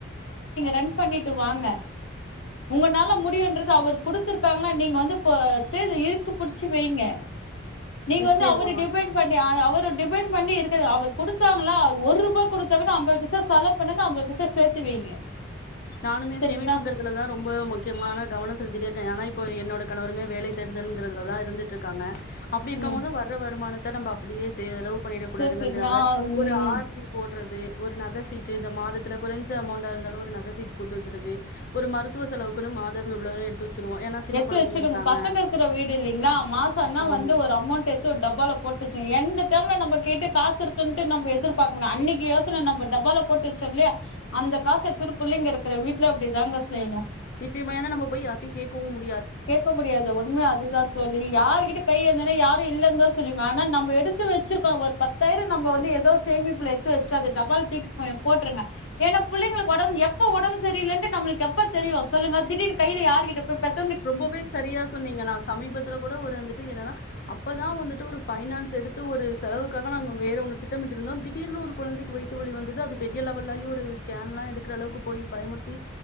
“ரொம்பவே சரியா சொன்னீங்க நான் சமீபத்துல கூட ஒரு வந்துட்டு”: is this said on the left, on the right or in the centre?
Left